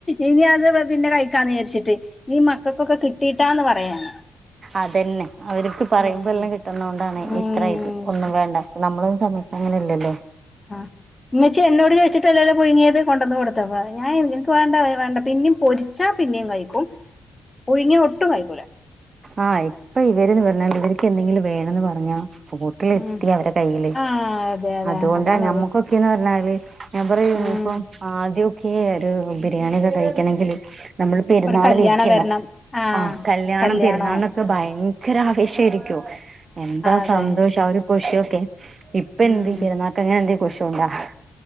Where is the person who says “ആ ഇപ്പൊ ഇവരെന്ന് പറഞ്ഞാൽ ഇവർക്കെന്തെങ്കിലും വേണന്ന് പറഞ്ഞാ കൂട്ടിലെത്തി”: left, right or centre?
Right